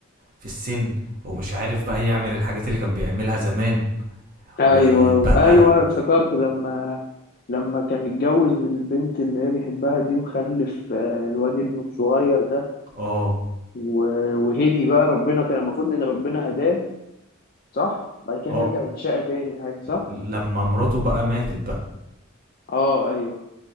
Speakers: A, on the right (about 45°); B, on the left (about 45°).
A: في السن ومش عارف بقى يعمل الحاجات اللي كان بيعملها زمان
B: ايوه
A: وبقى
B: ايوه افتكرت لما لما كان اتجوز البنت اللي هي بيحبها دي وخلف آه، الواد ابنه الصغير ده
A: اه
B: و- وهدي بقى ربنا كان المفروض ان ربنا هداه صح بعد كده
A: اه
B: هيرجع يتشقى تاني حاجه صح
A: لما مراته بقى ماتت بقى
B: اه ايوه